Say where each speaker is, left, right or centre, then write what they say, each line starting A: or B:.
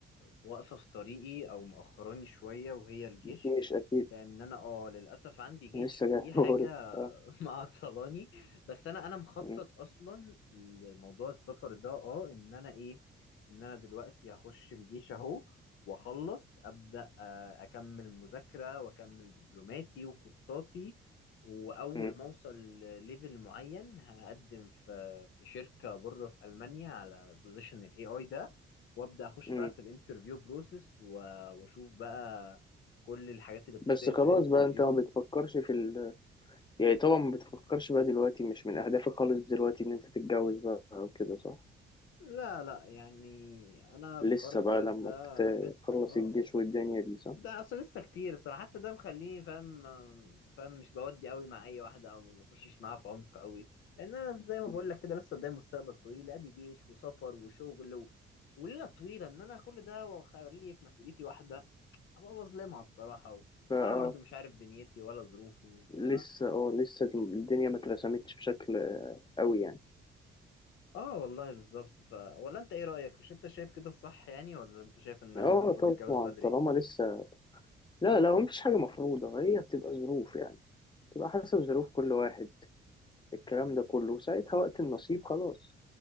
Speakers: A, on the left (about 75°); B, on the left (about 25°).
A: واقفة في طريقي او مأخراني شوية وهي الجيش
B: مش اكيد
A: لان انا اه للاسف عندي جيش
B: لسه
A: ودي
B: جاي
A: حاجة
B: <laughs> بقول آه.
A: <laughs> معطلاني بس انا انا مخطط
B: م-
A: اصلا لموضوع السفر ده اه ان انا ايه ان انا دلوقتي هخش الجيش اهو واخلص ابدا آه، اكمل مذاكرة واكمل دبلوماتي وكورساتي واول
B: م-
A: ما اوصل ليفل معين هقدم في في شركه بره في المانيا على بوزيشن الاي اي ده وابدا اخش
B: م.
A: بقى في الانترفيو بروسيس واشوف بقى كل الحاجات اللي بتتسال
B: بس خلاص
A: في الانترفيو
B: بقى انت ما بتفكرش في ال... يعني طبعا ما بتفكرش بقى دلوقتي مش من اهدافك خالص دلوقتي ان انت تتجوز بقى او كده صح
A: لا لا يعني انا
B: لسه
A: في حوار الجواز
B: بقى لما
A: ده لسه
B: تخلص
A: اه
B: الجيش والدنيا دي صح
A: ده اصلا لسه كتير الصراحه حتى ده مخليني فاهم فاهم مش بودي قوي مع اي واحده او ما بخشش معاها في عمق قوي لان انا زي ما
B: مم.
A: بقول لك كده لسه قدامي مستقبل طويل ادي جيش وسفر وشغل و... وليله طويله ان انا كل ده واخليه في مسؤوليتي واحده ابقى بظلمها الصراحه و...
B: بقى
A: وانا برضو مش عارف دنيتي ولا ظروفي ف
B: لسه اه لسه الدنيا ما اترسمتش بشكل آه، قوي يعني
A: اه والله بالظبط ف ولا انت ايه رايك مش انت شايف كده الصح يعني ولا انت شايف ان
B: اه
A: انا المفروض
B: طبعا
A: اتجوز بدري
B: طالما لسه لا لا هو مفيش حاجة مفروضة هي بتبقى ظروف يعني بتبقى حسب ظروف كل واحد الكلام ده كله وساعتها وقت النصيب خلاص